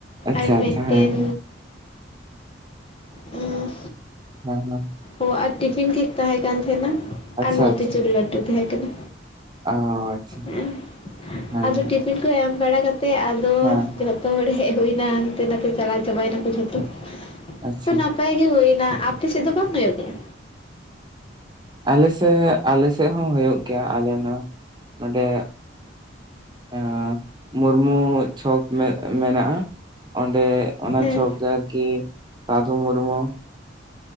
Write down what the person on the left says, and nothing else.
ᱟᱨ ᱢᱤᱫᱴᱮᱱ
ᱩᱢ,
ᱚ ᱟᱨ ᱴᱤᱯᱷᱤᱱ ᱠᱮᱠ ᱛᱟᱦᱮᱸ ᱠᱟᱱ ᱛᱟᱦᱮᱸᱱᱟ,
ᱟᱨ ᱱᱚᱛᱤᱪᱩᱨ
ᱞᱟᱹᱰᱩ ᱛᱟᱦᱮᱸ ᱠᱟᱱᱟ᱾
ᱦᱮᱸ
ᱟᱫᱚ
ᱴᱤᱯᱷᱤᱱ ᱠᱚ ᱮᱢ ᱵᱟᱲᱟ ᱠᱟᱛᱮᱫ ᱟᱫᱚ,
ᱡᱷᱚᱛᱚ ᱦᱚᱲ ᱦᱮᱡ ᱦᱳᱭ ᱱᱟ, ᱦᱟᱱᱛᱮ ᱱᱟᱛᱮ ᱪᱟᱞᱟᱣ ᱪᱟᱵᱟᱭᱱᱟ ᱠᱚ ᱡᱷᱚᱛᱚ᱾
ᱛᱚ ᱱᱟᱯᱟᱭ ᱜᱮ ᱦᱳᱭᱱᱟ, ᱟᱯᱮᱥᱮᱫ ᱫᱚ ᱵᱟᱝ ᱦᱳᱭᱳᱜ ᱜᱮᱭᱟ?
ᱦᱮᱸ